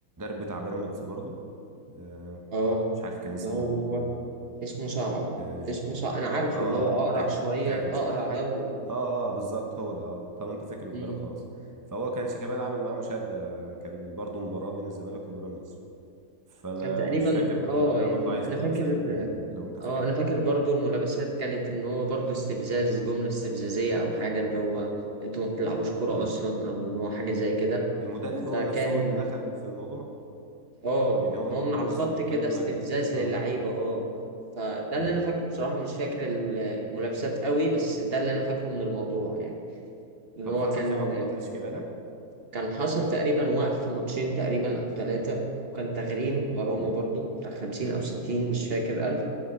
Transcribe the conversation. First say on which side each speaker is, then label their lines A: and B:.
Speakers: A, on the right; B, on the right.
A: بتاع بيراميدز برضو آه،
B: اه
A: مش عارف كان
B: اللي
A: اسمه
B: هو اسمه صعب
A: اه
B: اسمه
A: ج-
B: صعب انا عارفه
A: آه،
B: اللي هو اقرع
A: تاك
B: شوية
A: تاك مش
B: اقرع
A: ح-
B: ده
A: ح-
B: و...
A: اه اه بالظبط هو ده اه طب انت فاكر المدرب
B: مم.
A: خلاص فهو كان شيكابالا عمل معاه مشاده كان برضو مباراه بين الزمالك وبيراميدز فانا
B: كان تقريبا
A: مش فاكر بق-
B: اه
A: يعني انا
B: يعني
A: برضو عايز
B: انا
A: ملابسات
B: فاكر
A: ال- لو انت فاكرها
B: اه انا فاكر برضو الملابسات كانت ان هو برضو استفزاز جملة استفزازية او حاجة اللي هو انتوا ما بتلعبوش كورة
A: امم
B: اصلا او ان هو حاجة زي كده
A: المدرب
B: فكان
A: هو نفسه هو اللي دخل في الموضوع
B: اه
A: يعني هو اللي
B: ان هو من على
A: نزل
B: الخط
A: يتكلم
B: كده استفزاز
A: مع اللعيبه
B: للعيبة
A: اه
B: اه فده اللي
A: امم
B: انا فاكره بصراحة مش فاكر الملابسات قوي بس ده اللي انا فاكره من الموضوع يعني ان
A: طب
B: هو
A: حصل
B: كان
A: فيه عقوبات لشيكابالا
B: كان حاصل تقريبا وقف ماتشين تقريبا او ثلاثة كان تغريم غرامة
A: امم
B: برضو بتاع خمسين أو ستين مش فاكر